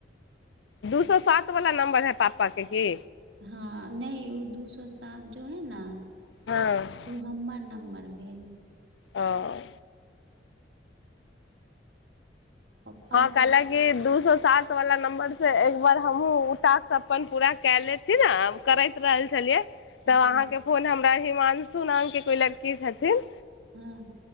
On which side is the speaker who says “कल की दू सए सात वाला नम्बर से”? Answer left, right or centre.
Left